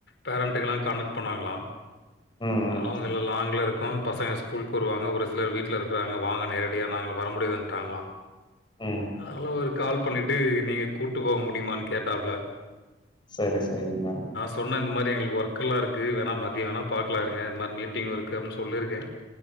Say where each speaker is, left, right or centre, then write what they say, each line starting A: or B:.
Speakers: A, on the left; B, on the left.
A: பேரண்ட்டுக்கலா காண்டெக்ட் பண்ணாங்களா
B: ம் ம்
A: அவுங்களல்லா லாங்குருக்கு பசங்கள ஸ்கூல் வாங்க ஒரு சிலர் வீட்ல இருக்குறாங்க வாங்க நேரடியா நாங்க வர முடியாதுன்னுடா ங்களா
B: ம்
A: அதுல ஒரு கால் பண்ணிட்டு நீங்க கூட்டு போக முடியுமான்னு கேட்டாப்ல
B: செரி செரிங்களா
A: சொன்னா இந்த மாதிரி எங்களுக்கு ஒர்க்கெல்லா இருக்கு வேணா மதியம் வேணா பாக்கலாருங்க இந்த மாரி மீட்டிங் ஒர்க் அப்டின்னு சொல்லியிருக்கே